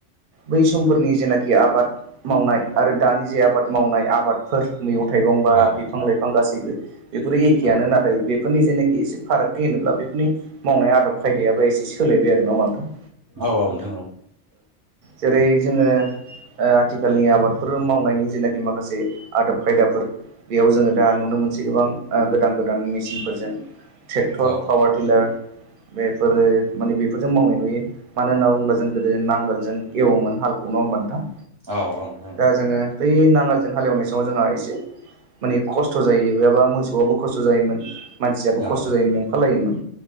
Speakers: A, on the right; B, on the right.
A: बै समफोरनि जेनाखि आबाद मावनाय आरो दानि जे आबाद मावनाय आबादफोर मैगं थाइगं बा
B: औ
A: बिफां लाइफां गासैबो बेफोरो एखेयानो
B: औ
A: नाथाय बेफोरनि जेने एसे फारागथि होनोब्ला बेफोरनि मावनाय आदब खायदायाबो एसे सोलायबाय आरो नङा होमबा नोंथां?
B: औ नोंथां औ
A: जेरै जोङो आथिखालनि आबादफोर मावनायनि जेनाखि माखासे आदब खायदाफोर बेयाव जोङो दा नुनो मोनसै गोबां गोदान गोदान मेचिनफोरजों ट्रेक्टर
B: औ
A: पावार टिलार बेफोरो माने बेफोरजों मावनाय नुयो मानो होनना बुङोब्ला जों गोदो नांगोलजों एवोमोन हालखौ नङ होमबा नोंथां?
B: औ औ नंगौ
A: दा
B: ।
A: जोङो बै नांगालजों हालेवनाय समाव जोंहा एसे माने खस्थ' जायो एबा मोसौ आबो खस्थ' जायोमोन मानसियाबो
B: औ
A: खस्थ'
B: औ
A: जायोमोन नेंफालायोमोन